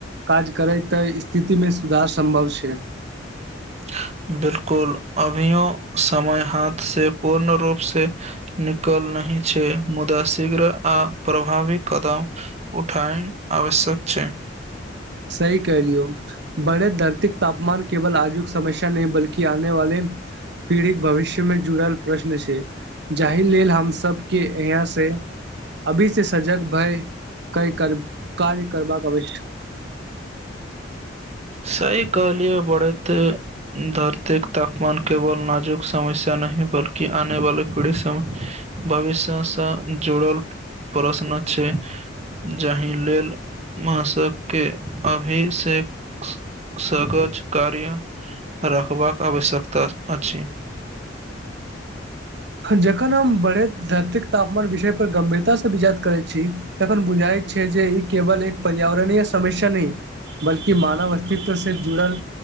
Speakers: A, on the right; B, on the right.
A: काज करैत त स्थितिमे सुधार सम्भव छै
B: <unintelligible> बिलकुल अभियो समय हाथ से पूर्ण रूपसँ निकलने छै मुदा शीघ्र आ प्रभावी कदम उठाय आवश्यक छै त
A: सही कह लियौ बड़े धरती तापमान केवल आजुक समस्या नहि बल्कि आने वाले पीढ़ित भविष्य मे जुड़ल प्रश्न से जाहि एहि लेल हम सब के यहाँ से अभी से सजग भय के कर कार्य करबाक अवश
B: सही कहलिय बड़े ते धरती के तापमान केवल नाजुक समस्या नहि बल्कि आने वाली पीढ़ि भविष्यसँ जुड़ल प्रश्न छै जाहि लेल मशक के अभिषेक सगज कार्य रखबाक आवश्यकता आछि <unintelligible>
A: जखन हम बढ़ैत धरतीक तापमान विषय पर गंभीरता ससँ विजार करैत छी तखन बुझाइ छै जे ई केवल एक पर्यावरणीय समस्या नहि बल्कि मानव अस्तित्व से जुड़ल